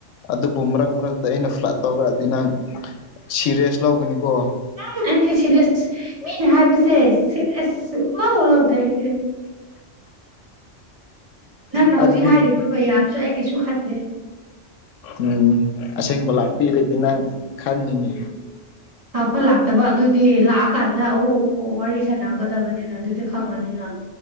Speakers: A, on the left; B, on the right.
A: ꯑꯗꯨꯕꯨ ꯃꯔꯛ ꯃꯔꯛꯇ ꯑꯩꯅ ꯇꯧꯔꯛꯑꯗꯤ ꯅꯪ ꯁꯤꯔꯦꯁ ꯂꯧꯒꯅꯤꯀꯣ
B: ꯎꯝ ꯑꯩꯗꯤ ꯁꯤꯦꯔꯤꯌꯁ ꯃꯤꯅ ꯍꯥꯏꯕꯁꯦ ꯁꯤꯦꯔꯤꯌꯁ ꯎꯔꯥꯎꯔꯥꯎꯗꯦ ꯑꯩꯗꯤ ꯅꯪꯅ
A: ꯑꯗꯨꯗꯤ
B: ꯍꯧꯖꯤꯛ ꯍꯥꯏꯔꯤꯕ ꯃꯌꯥꯝꯁꯨ ꯑꯩ ꯀꯩꯁꯨ ꯈꯟꯗꯦ
A: ꯎꯝ ꯑꯁꯦꯡꯕ ꯂꯥꯛꯄꯤꯔꯗꯤ ꯅꯪ ꯈꯪꯉꯤꯅꯦ
B: <unintelligible> ꯂꯥꯛꯄ ꯂꯥꯛꯇꯕ ꯑꯗꯨꯗꯤ ꯂꯥꯛꯑꯀꯥꯟꯗ ꯑꯃꯨꯛ ꯋꯥꯔꯤ ꯁꯥꯟꯅꯒꯗꯕꯅꯤꯅ ꯑꯗꯨꯗꯤ ꯈꯪꯉꯅꯤꯅ